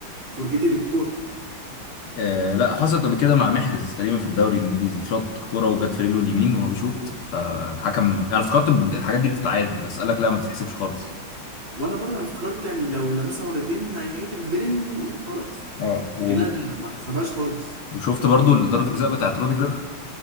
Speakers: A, on the right (about 35°); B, on the left (about 80°).
A: فرجتي للكورة
B: آه لا حصلت قبل كده مع محرز تقريبا في الدوري الانجليزي شاط كوره وجت في رجله اليمين وهو بيشوط فالحكم انا افتكرت ب- الحاجات دي بتتعاد بس قال لك لا ما بتتحسبش خالص
A: وأنا برضه أنا افتكرت يعني لو لمسها مرتين هيعيد البلن وخلاص
B: اه و-
A: لكن لا ده ما حسبهاش خالص
B: وشفت برضو ضربة الجزاء بتاعت روديجر